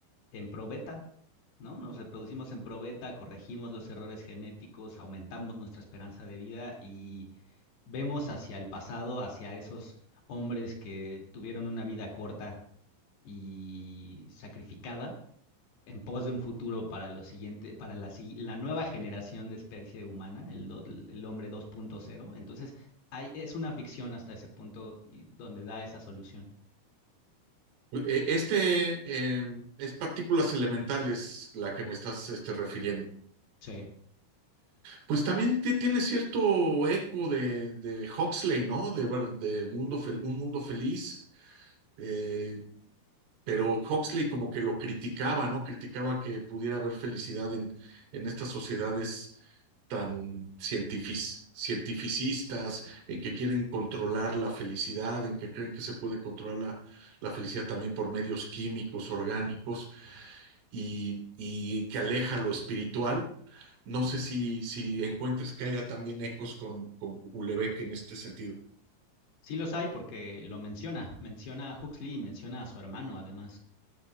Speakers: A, on the left; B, on the right.
A: en probeta, ¿no? Nos reproducimos en probeta, corregimos los errores genéticos, aumentamos nuestra esperanza de vida y vemos hacia el pasado, hacia esos hombres que tuvieron una vida corta y sacrificada en pos de un futuro para lo siguiente, para la, si-, la nueva generación de especie humana, el, do, el hombre 2.0. Entonces, hay, es una ficción hasta ese punto donde da esa solución.
B: E- Este eh, es partículas elementales la que me estás este, refiriendo.
A: Sí,
B: Pues también te- tiene cierto eco de, de Huxley, ¿no? De, ver- de mundo fel- un mundo feliz, eh, pero Huxley como que lo criticaba, ¿no? Criticaba que pudiera haber felicidad en, en estas sociedades tan cientifis- cientificistas, en que quieren controlar la felicidad, en que creen que se puede controlar la la felicidad también por medios químicos, orgánicos. y, y que aleja lo espiritual. No sé si, si encuentres que haya también ecos con, con Ulebeck en este sentido.
A: Sí los hay porque lo menciona, menciona a Huxley y menciona a su hermano además.